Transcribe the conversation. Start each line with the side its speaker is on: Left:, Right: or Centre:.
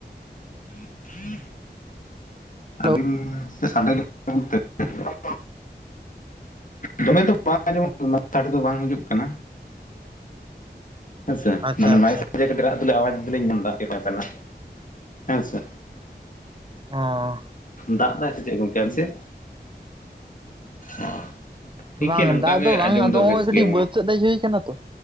Left: <inaudible> ᱟᱹᱵᱤᱱ
Right: ᱦᱮᱞᱳ
Left: ᱥᱟᱰᱮ ᱠᱟᱱᱟ ᱥᱮ ᱪᱮ ᱪᱚ ᱫᱚᱢᱮ ᱫᱚ ᱵᱟᱝ ᱟᱸᱡᱚᱢ ᱫᱚ ᱵᱟᱝ ᱦᱤᱡᱩᱜ ᱠᱟᱱᱟ ᱾ ᱦᱮᱸᱥᱮ
Right: ᱟᱪᱪᱷᱟ
Left: ᱢᱟᱱᱮ
Right: ᱟᱪᱪᱷᱟ
Left: ᱠᱟᱹᱴᱤᱡ ᱫᱚ ᱟᱣᱟᱡᱽ ᱫᱚᱧ ᱢᱮᱱ ᱮᱫᱟ ᱛᱟᱦᱮᱱᱟ ᱦᱮᱸ ᱥᱮ
Right: ᱦᱚᱸ
Left: ᱫᱟᱜ ᱫᱟᱭ ᱥᱮ ᱪᱮᱫ ᱜᱚᱝᱠᱮ ᱟᱯᱮ ᱥᱮᱫ? ᱚ ᱴᱷᱤᱠ
Right: ᱵᱟᱝ
Left: ᱜᱮᱭᱟ ᱱᱚᱝᱠᱟ
Right: ᱫᱟᱜ
Left: ᱜᱮ
Right: ᱫᱚ ᱵᱟᱝ
Left: ᱟᱸᱡᱚᱢ
Right: ᱟᱫᱚ ᱱᱚᱜᱼᱚᱭ
Left: ᱵᱮᱥ
Right: ᱠᱟᱹᱴᱤᱡ
Left: ᱜᱮᱭᱟ ᱢᱟ
Right: ᱵᱟᱹᱫᱽ ᱥᱮᱫ ᱦᱮᱡ ᱦᱩᱭ ᱠᱟᱱᱟ ᱛᱚ